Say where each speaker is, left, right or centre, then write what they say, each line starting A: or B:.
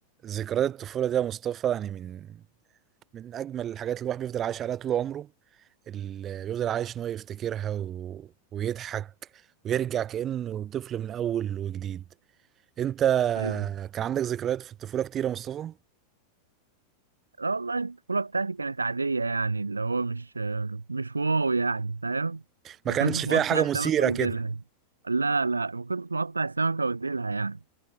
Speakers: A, on the right; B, on the right.
A: ذكريات الطفولة دي يا مصطفى يعني من من أجمل الحاجات اللي الواحد بيفضل عايش عليها طول عمره اللي بيفضل عايش إن هو يفتكرها و... ويضحك ويرجع كأنه طفل من أول وجديد أنت
B: ايوه
A: كان عندك ذكريات في الطفولة كتير يا مصطفى
B: لا والله البطولة بتاعتي كانت عادية يعني اللي هو مش مش واو يعني فاهم
A: ما
B: ما
A: كانتش
B: كنتش
A: فيها
B: مقطع
A: حاجة
B: السمكة
A: مثيرة
B: وديلها
A: كده
B: لا لا ما كنتش مقطع السمكة وديلها يعني